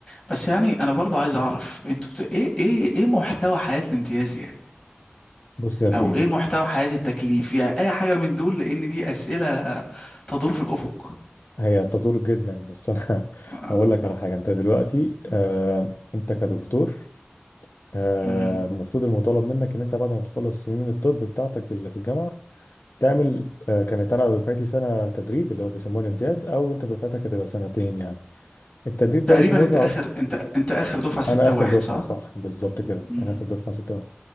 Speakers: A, on the left (about 25°); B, on the left (about 65°).
A: بس يعني انا برضه عايز اعرف انتوا بت... ايه ايه ايه محتوى حياة الامتياز يعني
B: بص يا سيدي
A: او ايه محتوى حياة التكليف يعني اي حاجة من دول لان دي اسئلة تدور في الافق
B: هي تدور جدا بس انا <laughs>
A: آه،
B: هقول لك على حاجه انت دلوقتي آه، انت كدكتور آه،
A: أمم.
B: المفروض المطالب منك ان انت بعد ما تخلص سنين الطب بتاعتك اللي في الجامعه تعمل آه، كانت انا دفعتي سنه تدريب اللي هو بيسموه الامتياز او انت دفعتك هتبقى سنتين يعني التدريب
A: تقريبا
B: ده بتمر
A: انت اخر
B: على-
A: انت انت اخر دفعة ستة
B: انا اخر
A: واحد
B: دفعه
A: صح؟
B: صح بالظبط كده
A: امم
B: انا اخر دفعه ستة